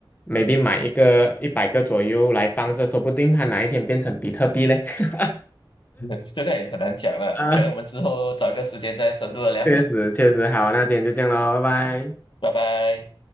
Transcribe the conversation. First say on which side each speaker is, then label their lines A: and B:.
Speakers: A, on the left; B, on the left.
A: maybe 买一个一百个左右来放着，说不定它哪一天变成比特币嘞。<laughs>
B: <laughs> 这个也很难讲了，
A: 啊，
B: 可能我们之后找一个时间再深入的聊，
A: 确实确实，好，那今天就这样喽，拜拜。
B: 拜拜。